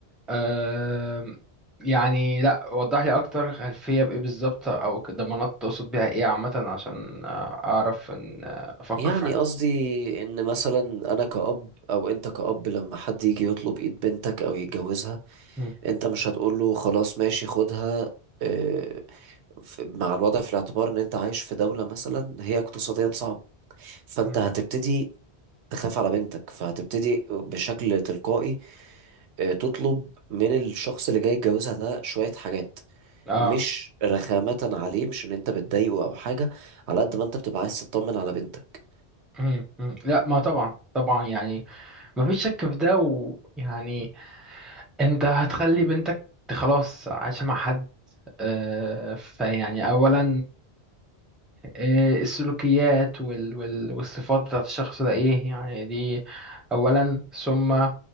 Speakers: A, in the centre; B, on the right (about 80°).
A: أم... يعني لا وضح لي اكتر خلفيه بايه بالظبط او ك- ضمانات تقصد بيها ايه عامه عشان آه، اعرف ان آه، افكر
B: يعني
A: في حاجه
B: قصدي إن مثلا أنا كأب أو أنت كأب لما حد يجي يطلب إيد بنتك أو يتجوزها
A: مم.
B: أنت مش هتقول له خلاص ماشي خدها آه، ف- مع الوضع في الاعتبار ان انت عايش في دولة مثلا هي اقتصاديا صعبة فانت
A: مم.
B: هتبتدي تخاف على بنتك فهتبتدي بشكل تلقائي آه، تطلب من الشخص اللي جاي يتجوزها ده شوية حاجات
A: اه
B: مش رخامة عليه مش ان انت بتضايقه او حاجة على قد ما انت بتبقى عايز تطمن على بنتك
A: مم. مم. لا ما طبعا طبعا يعني ما فيش شك في ده ويعني انت هتخلي بنتك ت- خلاص عايشه مع حد آه، فيعني اولا إيه السلوكيات وال وال والصفات بتاعت الشخص ده ايه يعني دي اولا ثم